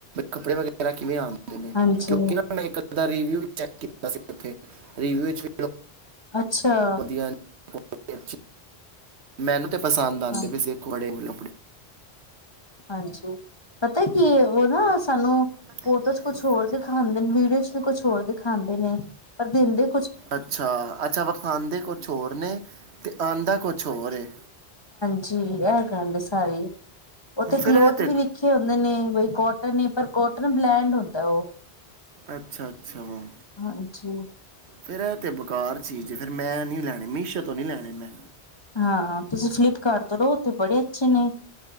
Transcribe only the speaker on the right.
ਕੱਪੜੇ ਵ ਕਿ ਕਿਵੇਂ ਆਉਂਦੇ ਨੇ
ਕਿਉਂਕਿ ਨਾ ਮੈਂ ਇੱਕੱ ਰਿਵਿਊ ਚੈੱਕ ਕੀਤਾ ਸੀਥੇਵਿਊ ਵਿੱਚ
ਵਧੀਆ ਅੱਛ ਮੈਨੂੰ ਤੇ ਪਸੰਦ ਆਂਦੇ
ਸਿੱਖ ਬੜੇ ੱੜ
ਪਤਾ
ਕੀ ਹੈ
ਉਹ ਨਾ
ਸਾਨੂੰ
ਕੋਲ
ਛੋੜ ਕੇ
ਭਾਵੇਂ
ਅੱਛਾ ਅੱਛਾ, ਵਖਾਂਦੇ ਕੁਛ ਹੋਰ ਨੇ ਅਤੇ ਆਂਦਾ ਕੁਛ ਹੋਰ ਹੈ
ਫਿਰ
ਇਹ ਤੇ
ਅੱਛਾ ਅੱਛਾ ਵਾਂ,
ਫੇਰ ਇਹ ਤੇ ਬੇਕਾਰ ਚੀਜ਼ ਫਿਰ ਮੈਂ ਨੀ ਲੈਣੀ ਮਿਸੋ ਤੋਂ ਨਹੀਂ ਲੈਣੇ ਮੈਂ